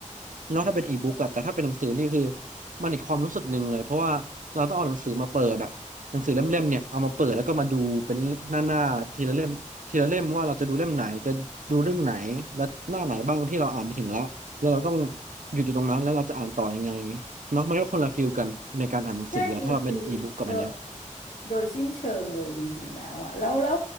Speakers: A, on the right (about 80°); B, on the left (about 85°).
A: เนอกถ้าเป็นอีบุ๊กอะแต่ถ้าเป็นหนังสือนี่คือมันอีกความรู้สึกหนึ่งเลยเพราะว่าเราต้องเอาหนังสือมาเปิดอะหนังสือเล่มๆเนี่ยเอามาเปิดแล้วก็มาดูเป็นหน้าๆทีละเล่ม ทีละเล่มว่าเราจะดูเล่มไหนจะดูเรื่องไหนและหน้าไหนบ้างที่เราอ่านไปถึงแล้วแล้วเราต้องหยุดอยู่ตรงนั้นแล้วเราจะอ่านต่อยังไงเนาะมันก็คนละฟีลกันในการอ่านหนังสืออะถ้าเราเป็นอีบุ๊กกับอันเนี้ย
B: ใช่คนละฟิลโดยโดยสิ้นเชิงเลยจริงๆแล้วอ่ะแล้วแล้ว